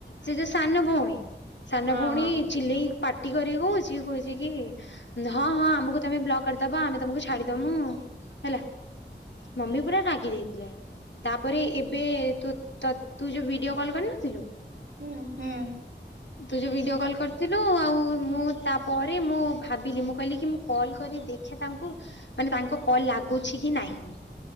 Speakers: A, on the left; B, on the right.
A: ସେ ଯୋଉ ସାନ ଭଉଣୀ ସାନ
B: ହଁ।
A: ଭଉଣୀ ଚିଲେଇ ପାଟି କରି କହୁଛି କହୁଚି କି ହଁ ହଁ ଆମକୁ ତମେ ବ୍ଲକ କରିଦବା ଆମେ ତମକୁ ଛାଡିଦମୁ ହେଲା ମମି ପୁରା ରାଗି ଯାଇଥିଲେ। ତାପରେ ଏବେ ତୁ ତ ଯୋଉ ଭିଡିଓ କଲ କରିନଥିଲୁ।
B: ଉଁ ହୁଁ।
A: ତୁ ଯୋଉ ଭିଡିଓ କଲ୍ କରିଥିଲୁ ଆଉ ମୁଁ ତାପରେ ମୁଁ ଭାବିଲି ମୁଁ କହିଲି କି ମୁଁ କଲ୍ କରି ଦେଖେ ତାଙ୍କୁ ମାନେ ତାଙ୍କ କଲ ଲାଗୁଛି କି ନାହିଁ